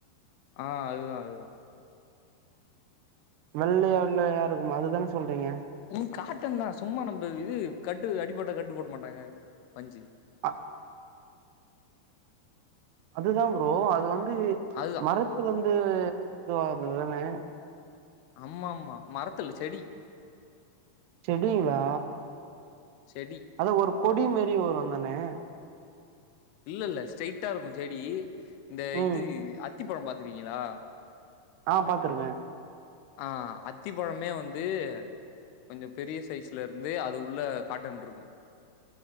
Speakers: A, on the left; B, on the right.
A: ஆ அதுதா அதுதா.
B: வெள்ளையா வெள்ளையா இருக்குமே அதுதான சொல்றீங்க?
A: ம் காட்டன் தா சும்மா நம்ப இது கட்டு அடிப்பட்டா கட்டு போட மாட்டாங்க பஞ்சி.
B: அ அதுதா ப்ரோ அது வந்து
A: அதுதா.
B: மரத்துலந்து இதுவாகறதுதானே.
A: அம்மா அம்மா மரத்துல்ல செடி.
B: செடிங்ளா?
A: செடி
B: அதா ஒரு கொடி மாரி வருந்தானே.
A: இல்ல இல்ல ஸ்டெய்ட்டா இருக்கு செடி. இந்த
B: ம்
A: இது அத்திப்பழம் பாத்துருக்கிங்ளா?
B: ஆ பாத்துருக்கே.
A: ஆ அத்திப்பழமே வந்து கொஞ்ச பெரிய சைஸ்ல இருந்து அது உள்ள காட்டன்ருக்கு.